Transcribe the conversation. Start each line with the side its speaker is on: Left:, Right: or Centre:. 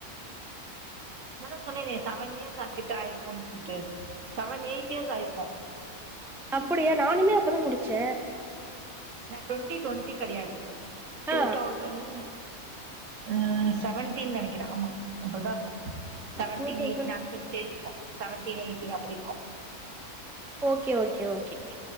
Right: நாதா சொன்னனே செவன் இயர்ஸ் கிட்ட ஆயிருக்குன்னு சொல்லிட்டு செவன் எயிட் இயர்ஸ் ஆயிருக்கு
Centre: அப்பிடியா நானுமே அப்பதா முடிச்சே
Right: நா டுவெண்டி டுவெண்டி கெடையாது டூ
Centre: ஆ
Right: தௌசண்ட் ம் செவன்டீன் நெனைக்கிற ஆமா ரொம்பதா இருக்கு செவன்டீன்
Centre: டூ தௌசண்ட்
Right: எயிட்டின் அந்த ஸ்டேஜ் இருக்கு செவன்டீன் எயிட்டின் அப்டி இருக்கு
Centre: ஓகே ஓகே ஓகே